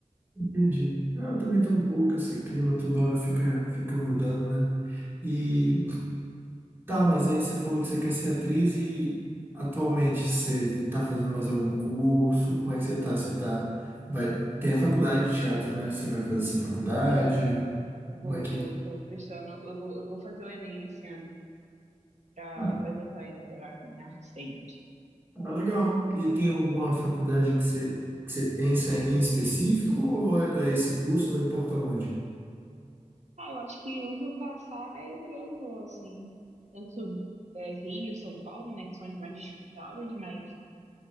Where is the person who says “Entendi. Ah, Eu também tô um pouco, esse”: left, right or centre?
Right